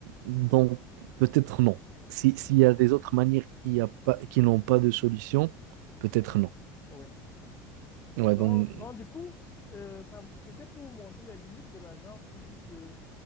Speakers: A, on the right; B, on the left.
A: Donc, peut-être non. Si, s'il y a des autres manières qui, a pas, qui n'ont pas de solution, peut-être non.
B: oui.
A: Ouais,
B: Donc,
A: donc,
B: donc du coup, euh, ça, c'était pour vous montrer les limites de l'argent, pour dire que